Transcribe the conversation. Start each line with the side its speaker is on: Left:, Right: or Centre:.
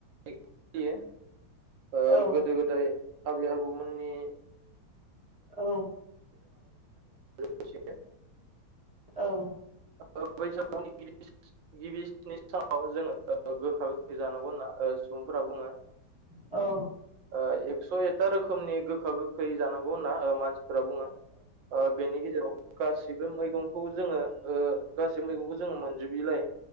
Right: <inaudible> ओ
Centre: औ
Right: गोदो गोदाय आबै आबौमोननि
Centre: औ
Right: <unintelligible>
Centre: औ
Right: <unintelligible> बैसागुनि गिबि गिबि स्नि सानाव जोङो ओ गोखा गोखै जानांगौ होनना ओ सुबुंफोरा बुङो।
Centre: औ
Right: ओ एकस' एता रोखोमनि गोखा गोखै जानांगौ होनना ओ मानस फोरा बुङो ओ बेनि गेजेराव गासिबो मैगंखौ जोङो ओ गासैबो मैगंखौ जोङो मोनजोबिलाय